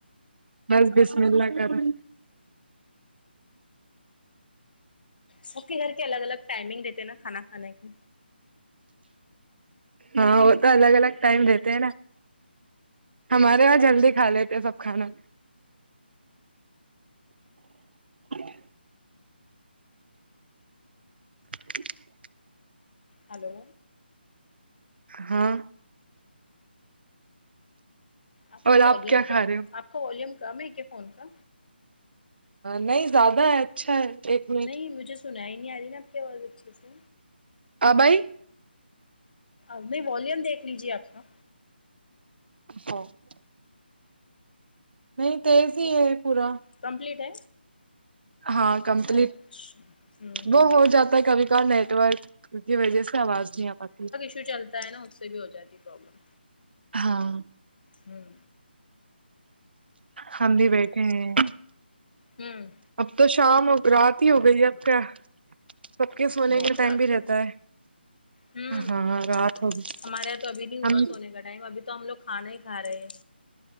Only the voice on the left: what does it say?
سب کے گھر کے الگ الگ ٹائمنگ دیتے ہیں نا کھانا کھانے کے
ہلو
آپ
کی والیوم
کا
آپ کا والیوم کم ہے کیا فون کا
نہیں مجھے سنا ہی نہیں آ رہی نا آپ کے آواز اچھے سے
نہیں والیوم دیکھ لیجیے آپ کا
کمپلیٹ ہے
اچھا ہوں ہوں
جو چلتا ہے نا اس سے بھی ہو جاتی ہے پرابلم
ہوں
ہوں
اب
تو بہت
رات
ہوگئی
ہوں
ہمارے یہاں تو ابھی نہیں
ہوا سونے کا ٹائم ابھی تو ہم لوگ کھانا ہی کھا رہے ہیں